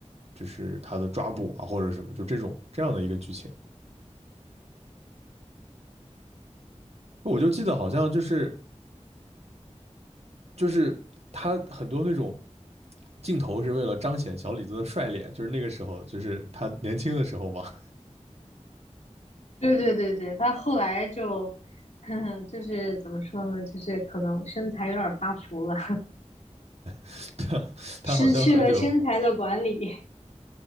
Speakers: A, on the right (about 60°); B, on the left (about 70°).
A: 就是他的抓捕啊或者什么，就这种这样的一个剧情。我就记得好像就是就是他很多那种。镜头是为了彰显小李子的帅脸，就是那个时候，就是他年轻的时候嘛，
B: 对对对对，他后来就，<laughs> 呵呵，就是怎么说呢，就是可能身材有点儿发福了，
A: <laughs> 他他好像很久
B: <laughs> 失去了身材的管理。